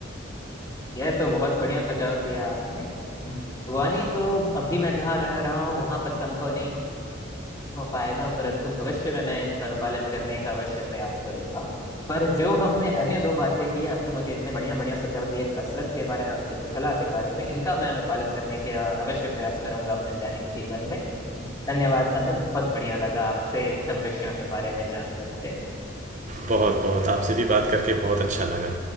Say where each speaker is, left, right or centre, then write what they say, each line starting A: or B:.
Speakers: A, on the left; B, on the right.
A: यह तो बहुत बढ़िया सुझाव दिया आपने बागवानी तो अभी मैं जहाँ रह रहा हूँ वहां पर संभव नहीं हो पाएगा परंतु भविष्य में मैं इसका अनुपालन करने का अवश्य प्रयास करूंगा पर जो हमने अन्य दो बातें की आपने मुझे इतने बढ़िया बढ़िया सुझाव दिए कसरत के बारे में और चित्रकला के बारे में इनका मैं अनुपालन करने के अवश्य प्रयास करूंगा अपने दैनिक जीवन में धन्यवाद हमें बहुत बढ़िया लगा आपसे इन सब विषयों के बारे में जान करके
B: बहुत बहुत आपसे भी बात करके बहुत अच्छा लगा